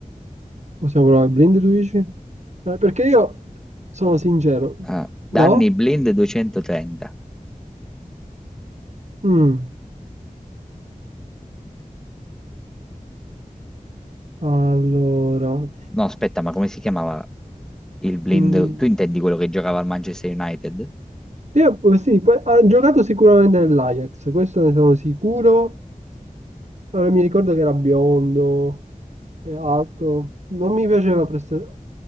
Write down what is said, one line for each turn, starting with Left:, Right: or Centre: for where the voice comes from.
Right: Possiamo provare Blind, tu dici? Eh, perché io sono sincero.
Centre: Ah,
Right: No?
Centre: danni blind 230.
Right: Mm, Allora.
Centre: No, aspetta, ma come si chiamava il blind?
Right: mm,
Centre: Tu intendi quello che giocava al Manchester United?
Right: Io eh, sì, poi- ha giocato sicuramente nell'Ajax, questo ne sono sicuro. Allora, mi ricordo che era biondo e alto. Non mi piaceva prestare.